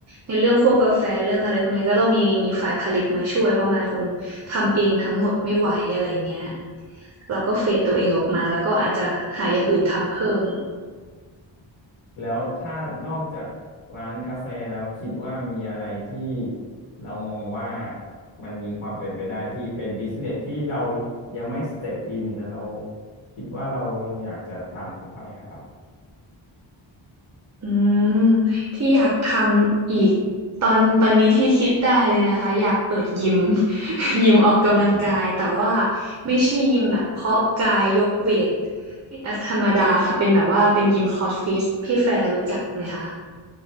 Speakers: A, on the right; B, on the left.
A: ในเรื่องคั่วกาแฟเรื่องอะไรพวกเนี้ยก็ต้องมีมีฝ่ายผลิตมาช่วยเพราะไมค์คงทำเองทั้งหมดไม่ไหวอะไรเงี้ยเราก็เฟดตัวเองออกมาแล้วก็อาจจะหาอย่างอื่นทำเพิ่ม
B: แล้วถ้านอกจากร้านกาแฟแล้วคิดว่ามีอะไรที่เรามองว่ามันมีความเป็นไปได้ที่เป็นบิสเนสที่เรายังไม่สเต็ปอินแต่เราคิดว่าเรายังอยากจะทำเข้าไปอะครับ
A: อืมที่อยากทำอีกตอนตอนนี้ที่คิดได้เลยนะคะอยากเปิดยิม <laughs> ยิมออกกำลังกายแต่ว่า
B: อืม
A: ไม่ใช่ยิมแบบเพาะกายยกเวทธรรมดาค่ะเป็นแบบว่าเป็นยิมคอร์สฟิตพี่แฟร์รู้จักไหมคะ